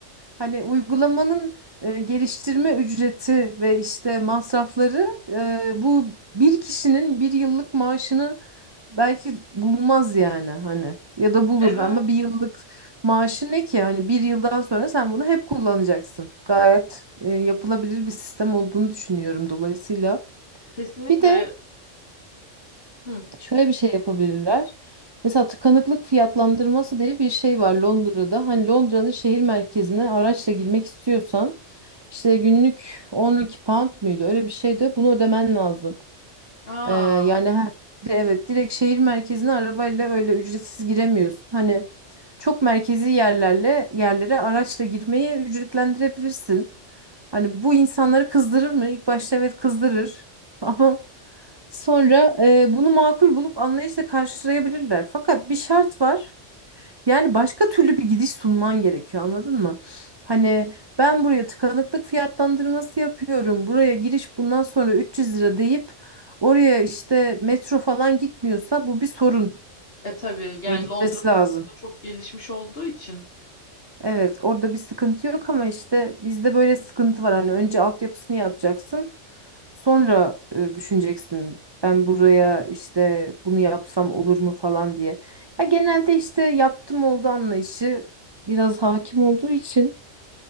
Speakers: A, on the right; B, on the left.
A: Hani uygulamanın e, geliştirme ücreti ve işte masrafları e, bu bir kişinin bir yıllık maaşını belki bulmaz yani hani ya da bulur
B: Evet.
A: ama bir yıllık maaşı ne ki hani bir yıldan sonra sen bunu hep kullanacaksın. Gayet e, yapılabilir bir sistem olduğunu düşünüyorum dolayısıyla.
B: Kesinlikle.
A: Bir de
B: Hı.
A: Şöyle bir şey yapabilirler. Mesela tıkanıklık fiyatlandırması diye bir şey var Londra'da. Hani Londra'nın şehir merkezine araçla girmek istiyorsan işte günlük 12 pound muydu? Öyle bir şey de bunu ödemen lazım.
B: Aa,
A: Ee, yani ha- de- evet direkt şehir merkezine arabayla öyle ücretsiz giremiyorsun. Hani çok merkezi yerlerle yerlere araçla girmeyi ücretlendirebilirsin. Hani bu insanları kızdırır mı? İlk başta evet kızdırır. <laughs> Ama Sonra e, bunu makul bulup anlayışla karşılayabilirler. Fakat bir şart var. Yani başka türlü bir gidiş sunman gerekiyor, anladın mı? Hani ben buraya tıkanıklık fiyatlandırması yapıyorum. Buraya giriş bundan sonra 300 lira deyip oraya işte metro falan gitmiyorsa bu bir sorun.
B: e tabii yani
A: Ya gitmesi
B: Londra
A: lazım.
B: da çok gelişmiş olduğu için.
A: Evet, orada bir sıkıntı yok ama işte bizde böyle sıkıntı var. Hani önce altyapısını yapacaksın, sonra e, düşüneceksin. Ben buraya işte bunu yapsam olur mu falan diye. Ya genelde işte yaptım oldu anlayışı biraz hakim olduğu için